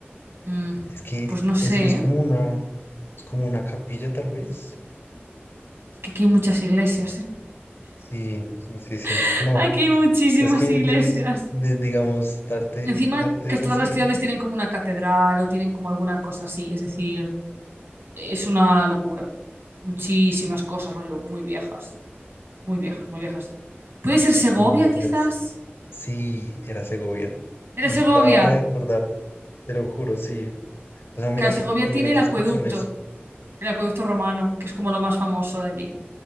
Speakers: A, on the right; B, on the left.
A: Mm,
B: es que
A: pues no sé,
B: es, es
A: ¿eh?
B: como una... Es como una capilla, tal vez.
A: Es que aquí hay muchas iglesias, ¿eh?
B: Sí, sí, sí, sí.
A: <laughs>
B: No,
A: Aquí hay muchísimas
B: es que,
A: iglesias.
B: de- de- de- digamos, darte,
A: Encima
B: darte
A: que
B: es
A: todas
B: así.
A: las ciudades tienen como una catedral o tienen como alguna cosa así, es decir, es una locura. Muchísimas cosas, rollo, muy viejas, muy viejas, muy viejas. ¿Puede ser Segovia,
B: No, mentiras.
A: quizás?
B: Sí, era Segovia.
A: ¿Era
B: Me
A: Segovia?
B: acababa de acordar, te lo juro, sí. O sea, mira
A: Claro,
B: que
A: Segovia
B: hay unas
A: tiene el
B: descripciones,
A: acueducto, el acueducto romano, que es como lo más famoso de allí,